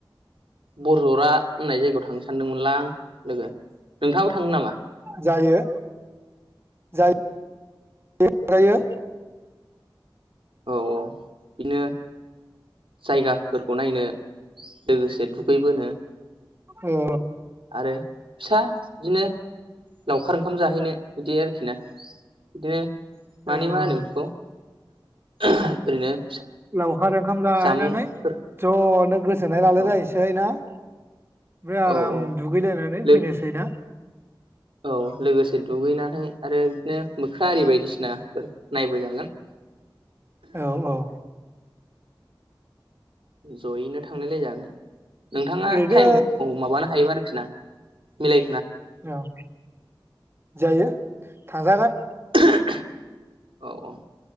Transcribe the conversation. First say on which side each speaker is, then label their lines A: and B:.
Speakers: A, on the right; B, on the right.
A: बरजरा होननाय जायगायाव थांनो सानदोंमोनलां लोगो। नोंथाङाबो थांनो नामा
B: <inaudible> जायो जायो।
A: औ औ बिदिनो जायगाफोरखौ नायनो लोगोसे दुगैबोनो
B: औ
A: आरो फिसा बिदिनो लावखार ओंखाम जाहैनो बिदि आरोखि ना बिदिनो
B: औ
A: मानि
B: औ
A: मा होनो
B: औ
A: बिदिखौ? <unintelligible> ओरैनो
B: लावखार ओंखाम जाहैनानै
A: जामुंफोर
B: ज'नो गोसो गोजोनाय लालायलायसै
A: औ
B: ना ना ओमफाय आराम
A: औ औ
B: दुगैलायनानै
A: लो
B: फैनोसै ना?
A: औ लोगोसे दुगैनानै आरो बिदिनो मोख्रा आरि बायदिसिनाफोर नायबोजागोन।
B: औ औ
A: ज'यैनो थांनायलाय जागोन। नोंथाङा
B: ओरैनो
A: टाइमखौ माबानो हायोबा आरो खि ना मिलाय
B: औ जायो थांजागोन
A: <unintelligible> औ औ